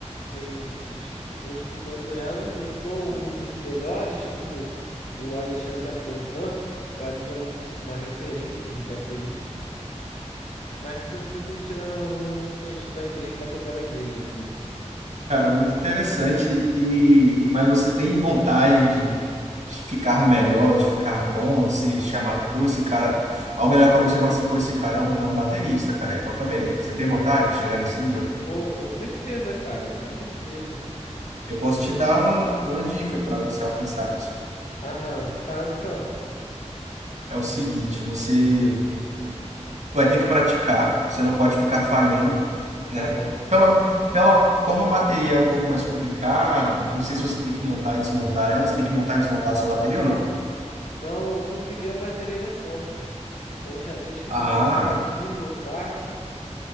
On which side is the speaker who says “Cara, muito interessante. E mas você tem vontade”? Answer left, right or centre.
Right